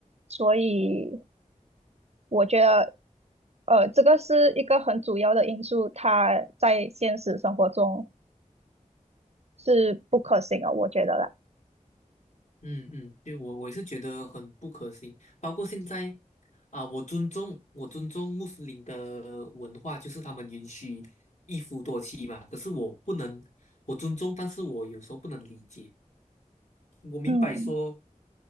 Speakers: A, on the right (about 50°); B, on the left (about 55°).
A: 所以我觉得呃这个是一个很主要的因素，它在现实生活中是不可行的，我觉得啦，
B: 嗯嗯，对，我我也是觉得很不可行。包括现在啊，我尊重我尊重穆斯林的文化，就是他们允许一夫多妻嘛。可是我不能，我尊重，但是我有时候不能理解。我明白说，
A: 嗯。